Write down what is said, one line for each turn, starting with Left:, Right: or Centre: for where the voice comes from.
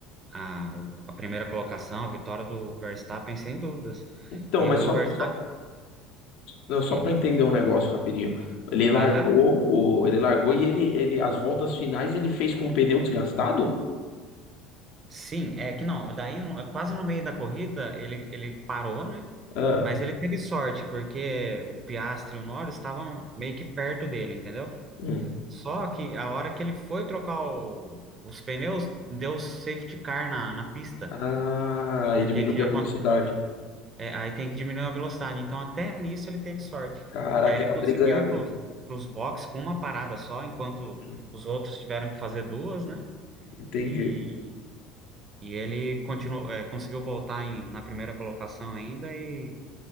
Right: a, a primeira colocação, a vitória do Verstappen, sem dúvidas.
Left: Então,
Right: E
Left: mas
Right: o
Left: só,
Right: Verstappen.
Left: só Não, só
Right: e-
Left: para entender um negócio rapidinho. Ele largou,
Right: Aham.
Left: o, ele largou e ele, ele, as voltas finais ele fez com o pneu desgastado?
Right: Sim, é que não, daí no- quase no meio da corrida ele, ele parou, né?
Left: Ah,
Right: Mas ele teve sorte, porque o Piastri e o Norris estavam meio que perto dele, entendeu?
Left: hum.
Right: Só que a hora que ele foi trocar o- os pneus, deu safety car na, na pista,
Left: Ah,
Right: porque
Left: e diminuiu
Right: tinha,
Left: a
Right: acon-
Left: velocidade.
Right: É, aí tem que diminuir a velocidade. Então, até nisso ele teve sorte.
Left: Caraca,
Right: E daí ele
Left: era
Right: conseguiu
Left: pra ele ganhar
Right: ir
Left: mesmo.
Right: para os boxes com uma parada só, enquanto
Left: Hum,
Right: os outros tiveram que fazer duas, né?
Left: Entendi.
Right: E, e ele continuou, é, conseguiu voltar em- na primeira colocação ainda e,